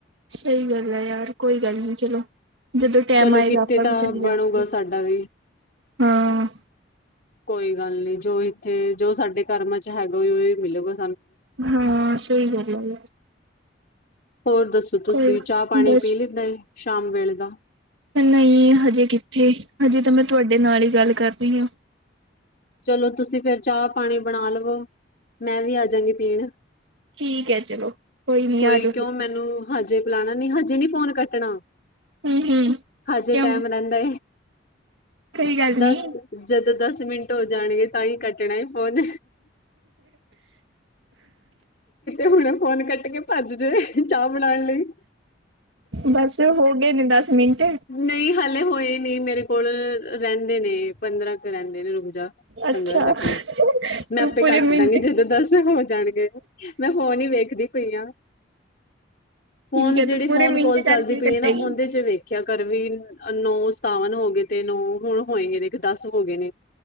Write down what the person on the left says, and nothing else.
ਚਲੋ
ਕਿਤੇ
ਤਾਂ
ਬਣੂਗਾ ਸਾਡਾ ਵੀ
ਕੋਈ ਗੱਲ ਨੀ ਜੋ ਇੱਥੇ ਜੋ ਸਾਡੇ ਕਰਮਾਂ ਚ ਹੈਗਾ ਉਹਹੀ ਮਿਲਲੇਗਾ
ਹੋਰ ਦੱਸੋ ਤੁਸੀਂ
ਚਾਹ ਪਾਣੀ
ਪੀ ਲੈਂਦਾ ਸ਼ਾਮ ਵੇਲੇ ਦਾ
ਚਲੋ ਤੁਸੀਂ ਫੇਿਰ ਚਾਹ ਪਾਣੀ ਬਣਾ ਲਵੋ ਮੈਂ ਵੀ ਆਜਗੀ ਪੀਣ
ਕੋਈ
ਕਿਉਂ
ਮੈਨੂੰ
ਹਜੇ ਬੁਲਾਣਾ ਨੀ ਹਜੇ ਨੀ ਫੋਨ ਕੱਟਣਾ
ਹਜੇ
ਟੈਮ ਰਹਿੰਦਾ
ਦਸ
ਜਦੋਂ ਦਸ ਮਿੰਟ ਹੋ ਜਾਣਗੇ ਤਾਂ ਹੀ ਕੱਟਣਾ ਹੀ ਪੌਣ ਹੁਣ ਫੋਨ ਕ ਕੇ ਭੱਜਦੇ ਚਾਹ ਬਣਾਉਣ ਲਈ
ਨਹੀਂ ਹਾਲੇ ਹੋਏ ਨਹੀਂ ਮੇਰੇ ਕੋਲ ਰਹਿੰਦੇ ਨੇ ਪੰਦਰਾਂ ਕੁ ਰਹਿੰਦੇ ਨੇ ਰੁਮਝਾ
ਪੰਦਰਾਂ ਸੈਕਿੰਡ ਮੈਂ
ਆਪੇ
ਕੱਟ
ਦਾਂਗੀ ਜਦੋਂ ਦਸ ਹੋ ਜਾਣਗੇ ਮੈਂ ਫੋਨ ਹੀ ਵੇਖਦੀ ਪਈ ਹ
ਫੋਨ
ਜਿਹੜੀ
ਫੋਨ
ਕਾਲ ਚੱਲਦੀ
ਪਈ
ਹੈ ਨਾ ਉਹਦੇ ਚ ਵੇਖ ਘਰ ਵੀ ਨੌ ਸਤਾਵਨ ਹੋ ਗਏ ਤੇ ਨੌ ਹੁਣ ਹੋਏਗੇ ਨੇ ਦਸ ਹੋ ਗਏ ਨੇ